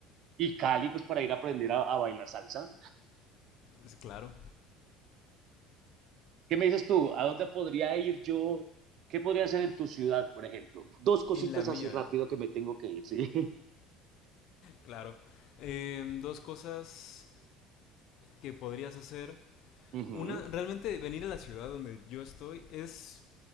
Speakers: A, on the right (about 55°); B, on the left (about 60°).
A: Y Cali, pues para ir a aprender a, a bailar salsa.
B: Es claro.
A: ¿Qué me dices tú? ¿A dónde podría ir yo? ¿Qué podría hacer en tu ciudad, por ejemplo? Dos cositas
B: En la mía,
A: así rápido que me tengo que ir, ¿sí?
B: claro. Em, dos cosas que podrías hacer.
A: <laughs> Ujú.
B: Una, realmente venir a la ciudad donde yo estoy es